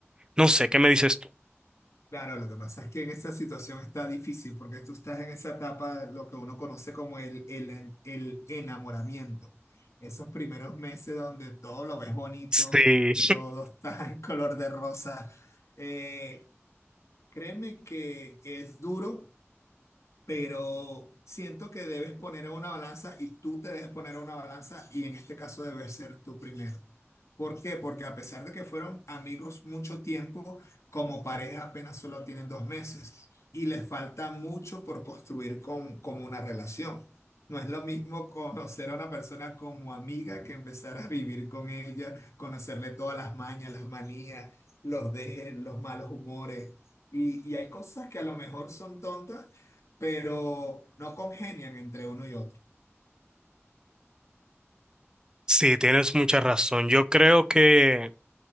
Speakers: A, on the right; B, on the left.
A: No sé, ¿qué me dices tú?
B: Claro, lo que pasa es que en esa situación está difícil porque tú estás en esa etapa, lo que uno conoce como el, el, el enamoramiento. Esos primeros meses donde todo lo ves bonito,
A: Sí,
B: todo está <laughs> en color de rosa. Eh, créeme que es duro pero siento que debes poner a una balanza y tú te debes poner a una balanza y en este caso debes ser tú primero. ¿Por qué? Porque a pesar de que fueron amigos mucho tiempo, como pareja apenas solo tienen dos meses y les falta mucho por construir con, como una relación. No es lo mismo conocer a una persona como amiga que empezar a vivir con ella, conocerle todas las mañas, las manías, los dejes, los malos humores. Y, y hay cosas que a lo mejor son tontas, pero no congenian entre uno y otro.
A: sí, tienes mucha razón. Yo creo que,